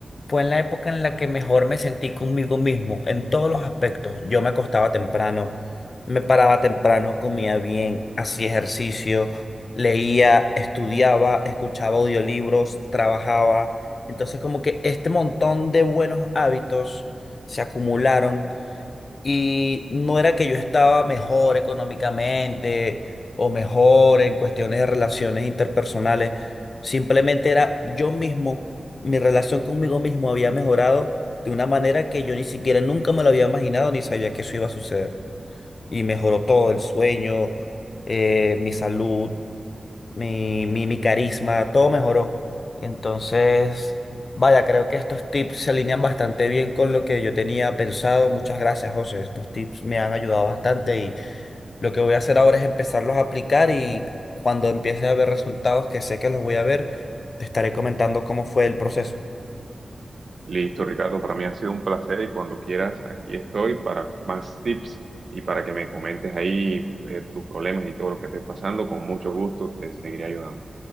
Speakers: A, on the left; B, on the right.
A: fue en la época en la que mejor me sentí conmigo mismo en todos los aspectos. Yo me acostaba temprano, me paraba temprano, comía bien, hacía ejercicio, leía, estudiaba, escuchaba audiolibros, trabajaba. Entonces, como que este montón de buenos hábitos se acumularon y no era que yo estaba mejor económicamente o mejor en cuestiones de relaciones interpersonales, simplemente era yo mismo, mi relación conmigo mismo había mejorado de una manera que yo ni siquiera nunca me lo había imaginado ni sabía que eso iba a suceder. Y mejoró todo, el sueño, eh, mi salud mi, mi, mi carisma, todo mejoró. Entonces, vaya, creo que estos tips se alinean bastante bien con lo que yo tenía pensado. Muchas gracias, José. Estos tips me han ayudado bastante y lo que voy a hacer ahora es empezarlos a aplicar y cuando empiece a ver resultados, que sé que los voy a ver, te estaré comentando cómo fue el proceso.
B: Listo, Ricardo, para mí ha sido un placer y cuando quieras, aquí estoy para más tips y para que me comentes ahí eh, tus problemas y todo lo que estés pasando. Con mucho gusto te seguiré ayudando.